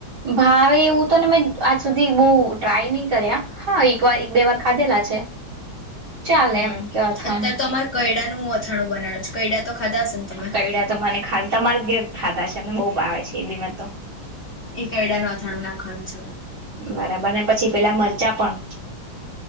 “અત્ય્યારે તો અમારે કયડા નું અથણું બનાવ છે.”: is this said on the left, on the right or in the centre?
Left